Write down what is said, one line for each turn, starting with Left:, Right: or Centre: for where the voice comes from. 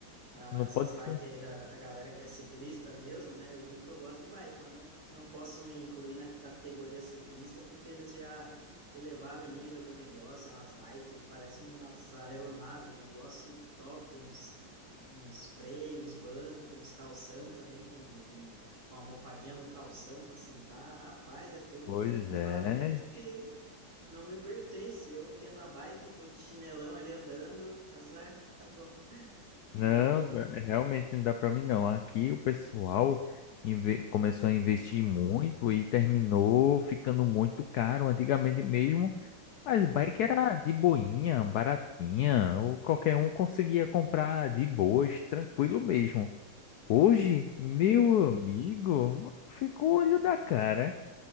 Right: Não, não
Left: Não
Right: é essas
Left: pode.
Right: bikes
Left: fu-
Right: aí da, da galera que é ciclista mesmo, né? Eu digo que eu gosto de bike, mas não, não posso me incluir na categoria ciclista porque eles já elevaram o nível do negócio. É umas bikes que parecem umas aeronaves, um negócio top, uns, uns freios, uns bancos, uns calção também com, com, com almofadinha no calção para sentar. Rapaz, é todo
Left: Pois
Right: um equipamento
Left: é.
Right: que não me pertence. Eu tendo a bike, tô de chinelão ali andando, <laughs> azar, tá bom. Não,
Left: Não,
Right: não, não.
Left: dá- realmente não dá pra mim, não. Aqui o pessoal inve- começou a investir muito e terminou ficando muito caro. Antigamente mesmo,
Right: Ah,
Left: as bikes
Right: tá.
Left: era de boinha, baratinha, ou qualquer um conseguia comprar de boas, tranquilo mesmo. Hoje,
Right: É
Left: meu
Right: verdade.
Left: amigo, ficou o olho da cara.